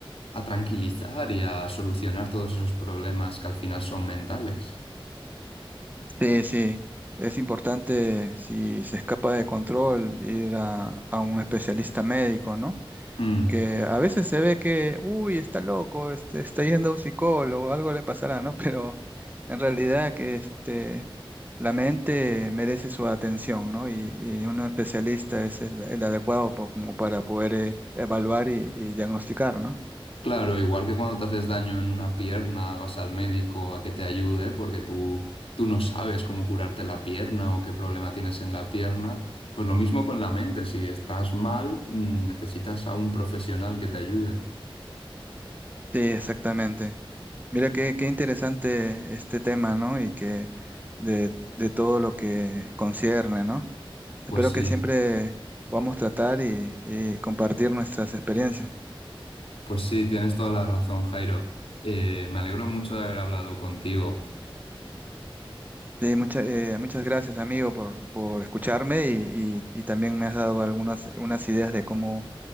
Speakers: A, on the left; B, on the right.
A: a tranquilizar y a solucionar todos esos problemas que al final son mentales.
B: Sí, sí. Es importante, si se escapa de control, ir a, a un especialista médico, ¿no?
A: Mm.
B: que a veces se ve que, uy, está loco, este, está yendo a un psicólogo, algo le pasará, ¿no? Pero en realidad que este, la mente merece su atención, ¿no? Y, y un especialista es el, el adecuado po- como para poder eh, evaluar y, y diagnosticar, ¿no?
A: Claro, igual que cuando te haces daño en una pierna, vas al médico a que te ayude porque tú, tú no sabes cómo curarte la pierna o qué problema tienes en la pierna, pues lo mismo con la mente, si estás mal, mm, necesitas a un profesional que te ayude.
B: Sí, exactamente. Mira qué, qué interesante este tema, ¿no? Y que de, de todo lo que concierne, ¿no?
A: Pues
B: Espero
A: sí,
B: que siempre podamos tratar y y compartir nuestras experiencias.
A: pues sí, tienes toda la razón, Jairo. Eh, me alegro mucho de haber hablado contigo.
B: Sí, mucha- eh, muchas gracias, amigo, por, por escucharme y, y- y también me has dado algunas unas ideas de cómo